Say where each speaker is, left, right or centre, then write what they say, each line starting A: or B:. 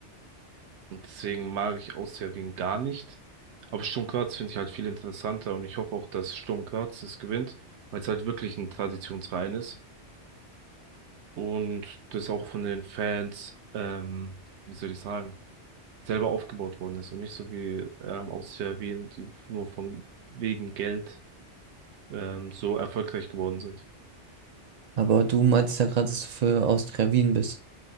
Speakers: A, on the right; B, on the right.
A: Und deswegen mag ich Austria-Wien gar nicht. Aber Sturm Graz finde ich halt viel interessanter und ich hoffe auch, dass Sturm Graz das gewinnt, weil es halt wirklich ein Traditionsverein ist und das auch von den Fans, ähm, wie soll ich sagen, selber aufgebaut worden ist und nicht so wie ähm, Austria Wien, die nur von wegen Geld ähm, so erfolgreich geworden sind.
B: Aber du meintest ja gerade, dass du für Austria Wien bist.